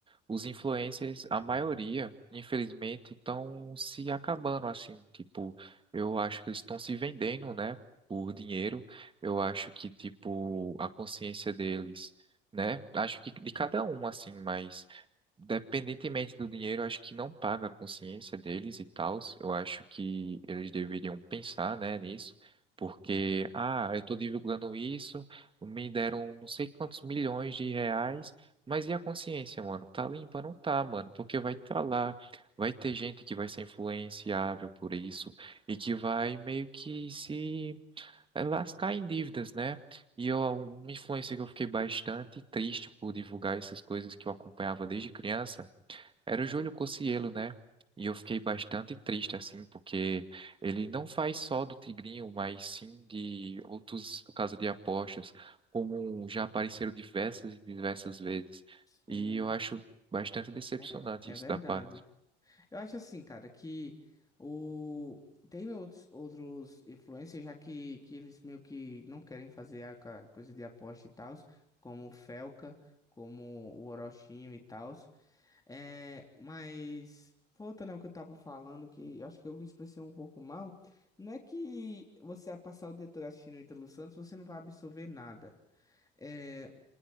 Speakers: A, on the right; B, on the left.
A: os influencers, a maioria, infelizmente, estão se acabando, assim, tipo, eu acho que eles estão se vendendo, né, por dinheiro, eu acho que, tipo, a consciência deles, né, acho que de cada um, assim, mas Dependentemente do dinheiro, eu acho que não paga a consciência deles e tal. Eu acho que eles deveriam pensar, né, nisso, porque, ah, eu estou divulgando isso, me deram não sei quantos milhões de reais, mas e a consciência, mano? Tá limpa? Não tá, mano, porque vai estar lá, vai ter gente que vai ser influenciável por isso e que vai meio que se é, lascar em dívidas, né? E eu, uma influência que eu fiquei bastante triste por divulgar essas coisas que eu acompanhava desde criança era o Júlio Cocielo, né? E eu fiquei bastante triste, assim, porque ele não faz só do Tigrinho, mas sim de outros casas de apostas, como um, já apareceram diversas e diversas vezes.
B: Sim,
A: E eu acho bastante decepcionante
B: é, é
A: isso
B: verdade.
A: da parte.
B: Eu acho assim, cara, que o tem outros outros influencers já que, que eles meio que não querem fazer a ca- coisa de aposta e tal, como o Felca, como o Orochinho e tal. É, mas voltando ao que eu tava falando, que eu acho que eu me expressei um pouco mal, não é que você a passar o dia todo assistindo o Ítalo Santos, você não vai absorver nada. É,